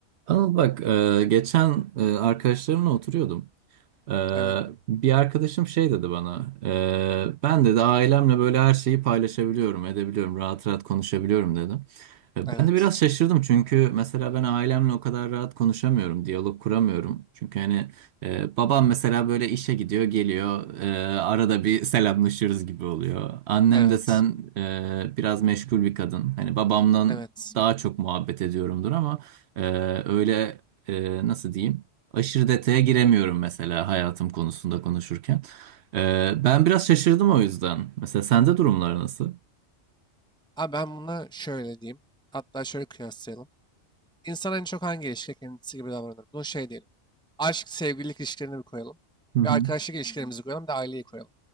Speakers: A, on the right (about 70°); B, in the centre.
A: Anıl bak e, geçen e, arkadaşlarımla oturuyordum. Ee,
B: Evet,
A: bir arkadaşım şey dedi bana. "Ee, ben dedi ailemle böyle her şeyi paylaşabiliyorum, edebiliyorum, rahat rahat konuşabiliyorum dedi. Ee,
B: evet,
A: Ben de biraz şaşırdım çünkü mesela ben ailemle o kadar rahat konuşamıyorum, diyalog kuramıyorum. Çünkü hani e, babam mesela böyle işe gidiyor, geliyor, e, arada bir selamlaşıyoruz gibi oluyor. Annem
B: evet,
A: de sen e, biraz meşgul bir kadın. Hani babamdan
B: evet.
A: daha çok muhabbet ediyorumdur ama e, öyle e, nasıl diyeyim? aşırı detaya giremiyorum mesela hayatım konusunda konuşurken. Ee, ben biraz şaşırdım o yüzden. Mesela sende durumlar nasıl?
B: Abi ben buna şöyle diyeyim. Hatta şöyle kıyaslayalım. İnsan en çok hangi ilişkide kendisi gibi davranır? Bunu şey diyelim. Aşk, sevgililik ilişkilerini bir koyalım.
A: Hı hı.
B: Bir arkadaşlık ilişkilerimizi koyalım. Bir de aileyi koyalım.